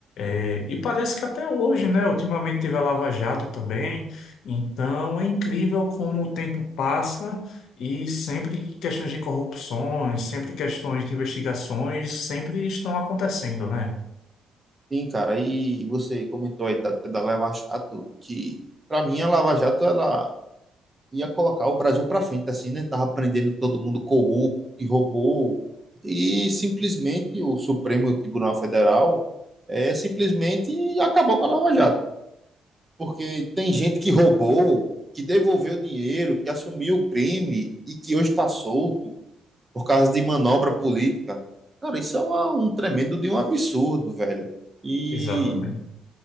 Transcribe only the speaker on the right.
sim, cara. E você comentou aí da, da Lava Jato, que para mim a Lava Jato ela ia colocar o Brasil para frente, assim, né? Tava prendendo todo mundo corrupto, que roubou. E simplesmente o Supremo Tribunal Federal é, simplesmente acabou com a Lava Jato. Porque tem gente que roubou, que devolveu dinheiro, que assumiu o crime e que hoje está solto por causa de manobra política. Cara, isso é uma- um tremendo de um absurdo, velho. E,